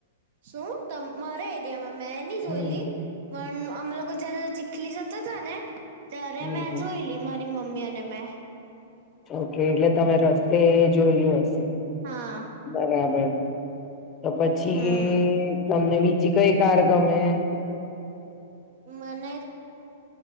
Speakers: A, on the right; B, on the left.
A: શું? તમ, મારા એરિયામાં મેં ની જોયેલી
B: હમ
A: પણ અમે લોકો જ્યારે ચીખલી જતા હતા ને ત્યારે
B: હમ
A: મે
B: હમ
A: જોયેલી મમ્મી અને મેં.
B: ઓકે એટલે તમે રસ્તે જોયલું હશે.
A: હા
B: બરાબર તો પછી
A: હમ
B: તમને બીજી કઈ કાર ગમે
A: મને